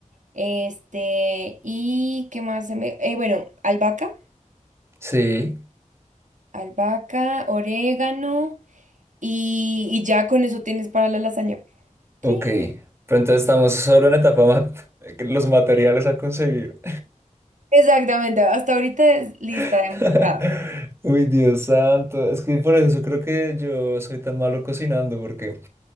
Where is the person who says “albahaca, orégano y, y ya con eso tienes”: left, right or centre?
Right